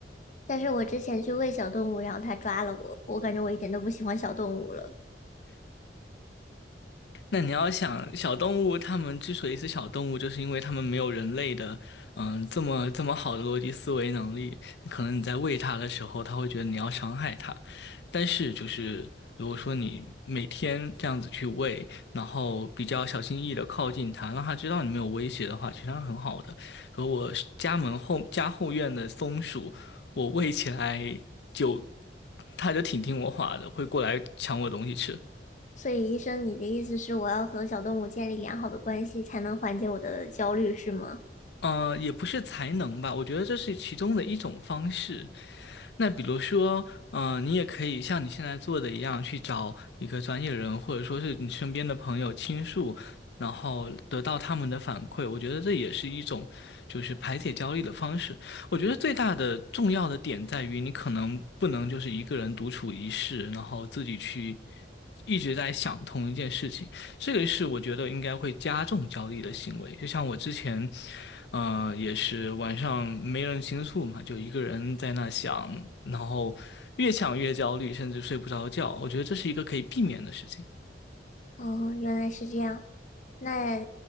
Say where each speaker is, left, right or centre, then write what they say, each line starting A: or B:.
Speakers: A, on the left; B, on the left.
A: 但是我之前去喂小动物，然后它抓了我，我感觉我一点都不喜欢小动物了。
B: 那你要想，小动物它们之所以是小动物，就是因为它们没有人类的，嗯，这么这么好的逻辑思维能力。可能你在喂它的时候，它会觉得你要伤害它，但是就是如果说你每天这样子去喂，然后比较小心翼翼的靠近它，让它知道你没有威胁的话，其实它很好的。和我家门后家后院的松鼠，我喂起来就，它就挺听我话的，会过来抢我东西吃。
A: 所以医生，你的意思是我要和小动物建立良好的关系，才能缓解我的焦虑，是吗？
B: 呃，也不是才能吧，我觉得这是其中的一种方式。那比如说，呃，你也可以像你现在做的一样，去找一个专业人，或者说是你身边的朋友倾诉，然后得到他们的反馈。我觉得这也是一种就是排解焦虑的方式。我觉得最大的重要的点在于，你可能不能就是一个人独处一室，然后自己去一直在想同一件事情。这个是我觉得应该会加重焦虑的行为。就像我之前，呃，也是晚上没人倾诉嘛，就一个人在那想，然后越想越焦虑，甚至睡不着觉。我觉得这是一个可以避免的事情。
A: 哦，原来是这样。那